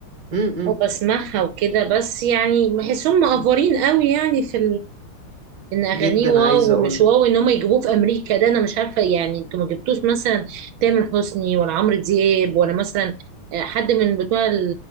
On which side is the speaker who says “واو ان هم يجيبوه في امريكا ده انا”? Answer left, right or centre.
Right